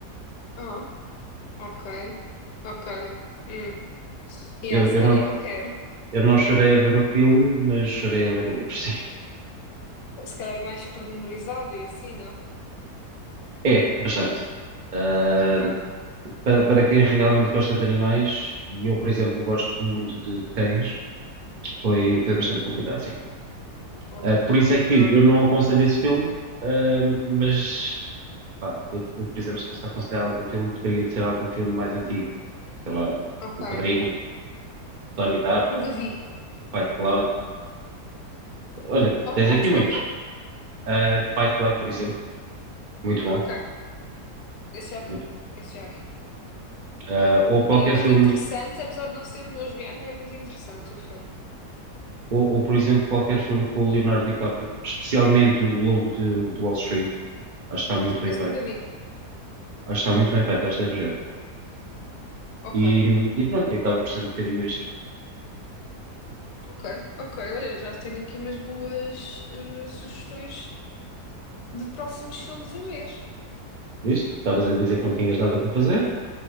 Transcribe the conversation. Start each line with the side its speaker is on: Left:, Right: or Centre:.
Left: Ah, ok, ok. Hum. Yeah,
Right: Eu,
Left: se
Right: eu
Left: calhar
Right: não,
Left: não quero.
Right: eu não chorei a ver o filme, mas chorei a ler o livro, <laughs> sim.
Left: Se calhar é mais pormenorizado e assim, não?
Right: É, bastante. Ah,
Left: Ok,
Right: pa- para, quem realmente gosta de animais, e eu, por exemplo, gosto muito de, de cães, foi, foi bastante complicado, sim.
Left: ok.
Right: Ah, por isso é que
Left: Não.
Right: eu não aconselho esse filme, ah, mas, pá, eu, eu, por exemplo, se fosse aconselhar algum filme, teria de ser algum filme mais antigo. Sei lá,
Left: Ok.
Right: O Padrinho, Donnie Darko,
Left: Nunca vi.
Right: Fight Club Olha,
Left: Oh,
Right: tens
Left: qual?
Right: aqui
Left: Desculpa?
Right: muitos. Uh, Fight Club, por exemplo, muito
Left: Ah,
Right: bom.
Left: ok. Esse já vi.
Right: Muito.
Left: Esse já vi.
Right: Uh, ou qualquer
Left: É muito
Right: filme,
Left: interessante, apesar de não ser o meu género, é muito interessante o filme.
Right: ou, ou, por exemplo, qualquer filme com o Leonardo DiCaprio, especialmente o Lobo de, do Wall Street. Acho que está muito bem
Left: Esse
Right: feito.
Left: nunca vi.
Right: Acho que está muito bem feito, acho que deve já.
Left: Ok,
Right: E, e pronto, e acaba por ser um bocadinho isto.
Left: ok, ok. Olha, já tenho aqui umas boas eh, sugestões de próximos filmes a ver.
Right: Isto? Estavas a dizer que não tinhas nada para fazer?